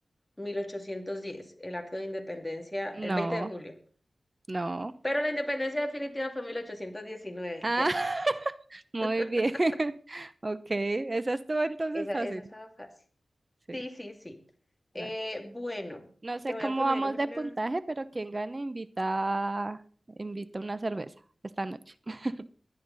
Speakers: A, on the left; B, on the right.
A: mil ochocientos diez el acto de independencia, el
B: No,
A: 20 de julio.
B: no.
A: Pero la independencia definitiva fue en 1819,
B: Ah,
A: ya.
B: <laughs>
A: yes
B: muy
A: <laughs>
B: bien. <laughs> Ok, esa estuvo entonces
A: Esa,
B: fácil.
A: esa estaba fácil.
B: Sí,
A: Sí, sí, sí. Eh,
B: dale.
A: bueno,
B: No sé
A: te voy
B: cómo
A: a poner
B: vamos
A: una.
B: de puntaje, pero quien gane invita, invita una cerveza esta noche. <laughs>